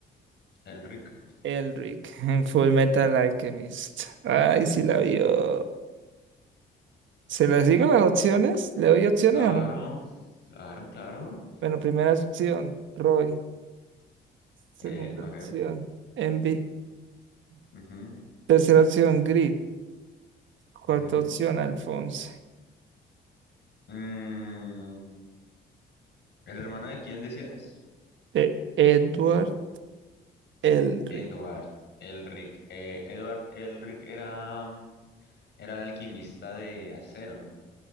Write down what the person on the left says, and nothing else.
El Rick.
Claro,
claro, claro.
Eh, ok.
ujú,
ujú.
Mm, ¿el hermano de quién decías?
Edward, el Rick. Eh, Edward, el Rick era, mm, era el alquimista de acero, ¿no?